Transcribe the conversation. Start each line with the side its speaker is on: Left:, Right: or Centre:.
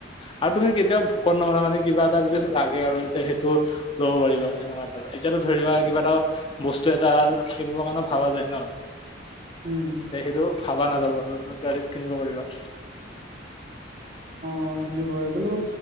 Left: <inaudible> আৰু তুমি কেতিয়াও ভোকত নমৰা মানে কিবা এটা যদি লাগে আৰু তেতিয়া সেইটো ল'ব পাৰিবা সেনেকা টাইপৰ। এতিয়াতো ধৰি লোৱা কিবা এটা বস্তু এটা কিনিবৰ কাৰণে ভাবা যায় ন।
Right: উম,
Left: তে সেইটো ভাবা নাযাব আৰু ডাইৰেক্ট কিনিব পাৰিবা।
Right: অ' সেইটো হয়। কিন্তু